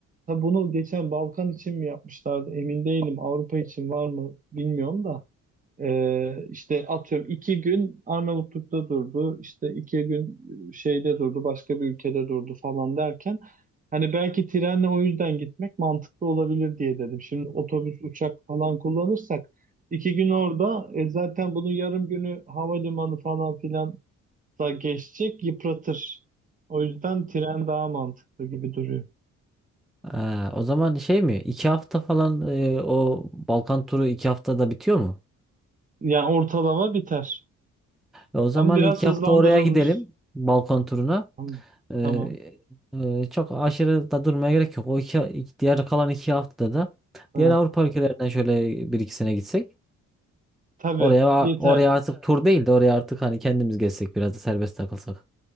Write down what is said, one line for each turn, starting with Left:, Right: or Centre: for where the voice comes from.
Right: Tabi bunu geçen Balkan için mi yapmışlardı emin değilim. Avrupa için var mı bilmiyorum da. Ee, işte atıyorum iki gün Arnavutluk'ta durdu, işte iki gün şeyde durdu, başka bir ülkede durdu falan derken hani belki trenle o yüzden gitmek mantıklı olabilir diye dedim. Şimdi otobüs, uçak falan kullanırsak iki gün orada e, zaten bunun yarım günü havalimanı falan filan da geçecek yıpratır. O yüzden tren daha mantıklı gibi duruyor.
Centre: Aa, o zaman şey mi? İki hafta falan e, o Balkan turu iki haftada bitiyor mu?
Right: Yani ortalama biter.
Centre: E, o zaman
Right: Ama biraz
Centre: iki
Right: hızlandırılmış.
Centre: hafta oraya gidelim. Balkan turuna.
Right: Tamam.
Centre: E,
Right: Tamam.
Centre: e, çok aşırı da durmaya gerek yok. O iki, iki- diğer kalan iki haftada da
Right: Ha,
Centre: diğer Avrupa ülkelerinden şöyle bir ikisine gitsek.
Right: tabii
Centre: Oraya
Right: yeter.
Centre: oraya artık tur değil de oraya artık hani kendimiz gezsek biraz da serbest takılsak.